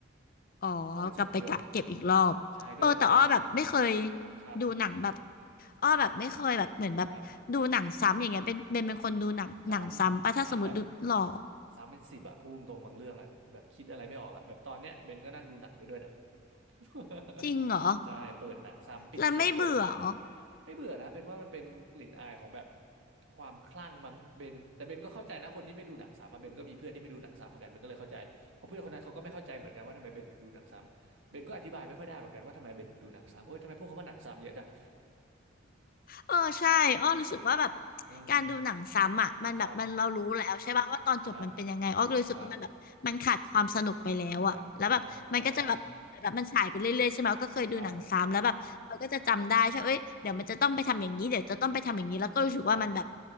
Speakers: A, on the left (about 45°); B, on the right (about 80°).
A: อ๋อกลับไปกะเก็บอีกรอบเออแต่อ้อแบบไม่เคย
B: เพราะมันสองเดือนใช่ก็เลยแบบว่าครับ
A: ดูหนังแบบอ้อแบบไม่เคยแบบเหมือนแบบดูหนังซ้ำอย่างเงี้ยเป็นเป็นเป็นคนดูหนังหนังซ้ำปะถ้าสมมติดูหรอ
B: ครับสามสามแบบ สามเป็นสิบอะพูดตรงๆบางเรื่องอะแบบคิดอะไรไม่ออกอะแบบตอนเนี้ยเบนก็นั่งดูหนังไปด้วยเนี่ย <laughs>
A: จริงเหรอ
B: ใช่เปิดหนังซ้ำปิดเสียงเปิดซับ
A: แล้วไม่เบื่อเหรอ
B: ไม่เบื่อนะเบนว่ามันเป็นกลิ่นอายของแบบความคลั่งมั้งเบนแต่เบนก็เข้าใจนะคนที่ไม่ดูหนังซ้ำอะเบนก็มีเพื่อนที่ไม่ดูหนังซ้ำเหมือนกันเบนก็เลยเข้าใจเพราะเพื่อนคนนั้นเขาก็ไม่เข้าใจเหมือนกันว่าทำไมเบนถึงดูหนังซ้ำเบนก็อธิบายไม่ค่อยได้เหมือนกันว่าทำไมเบนถึงดูหนังซ้ำโอ๊ยทำไมพวกเขาว่าหนังซ้ำเยอะจัง
A: เออใช่อ้อรู้สึกว่าแบบ
B: <laughs> อืม
A: การดูหนังซ้ำอ่ะมันแบบมันเรารู้แล้วใช่ป่ะว่าตอนจบมันเป็นยังไงอ้อก็เลยรู้สึกว่ามันแบบมันขาดความสนุกไปแล้วอ่ะแล้วแบบมันก็จะแบบแบบมันฉายไปเรื่อยๆใช่ไหมอ้อก็เคยดูหนังซ้ำแล้วแบบเราก็จะจำได้ใช่เอ้ยเดี๋ยวมันจะต้องไปทำอย่างนี้เดี๋ยวจะต้องไปทำอย่างนี้แล้วก็รู้สึกว่ามันแบบ
B: ครับครับครับครับอ่าครับ ครับ